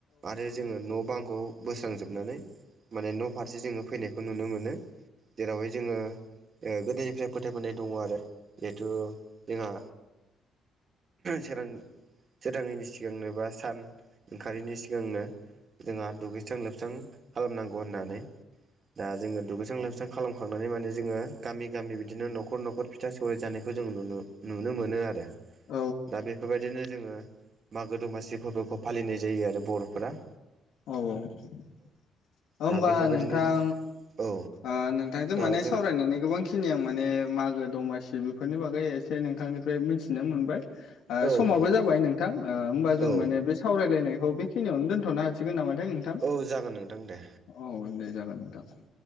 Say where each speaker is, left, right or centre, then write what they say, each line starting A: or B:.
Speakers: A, on the right (about 35°); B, on the left (about 80°).
A: आरो जोङो न' बांखौ बोस्रांजोबनानै माने न'फारसे जोङो फैनायखौ नुनो मोनो जेरावहाय जोङो गोदोनिफ्राय फोथाय बोनाय दङ आरो जिहेथु जोंहा सोरां सोरङैनि सिगांनो बा सान ओंखारैनि सिगांनो जोंहा दुगैस्रां लोबस्रां खालामनांगौ होननानै दा जोङो दुगैस्रां लोबस्रां खालामखांनानै माने जोङो गामि गामि बिदिनो न'ख न'खर न'खर फिथा सौराय जानायखौ जों नुनो नुनो मोनो आरो
B: औ
A: दा बेफोरबायदिनो जोङो मागो दमासि फोरबोखौ फालिनाय जायो आरो बर'फोरा
B: औ औ ओमबा
A: दा बेफोरबायदिनो
B: नोंथां
A: औ
B: ओ नोंथांजों
A: दा
B: माने
A: जों
B: सावरायनानै गोबांखिनि आं माने मागो दमासि बेफोरनि बागै एसे नोंथांनिफ्राय मिथिनो मोनबाय ओ
A: औ
B: समाबो
A: नोंथां
B: जाबाय नोंथां ओमबा जों
A: औ
B: माने बे सावरायलायनायखौ बेखिनियावनो दोनथ'नो हा नोंथां
A: औ जागोन नोंथां दे
B: औ दे जागोन नोंथां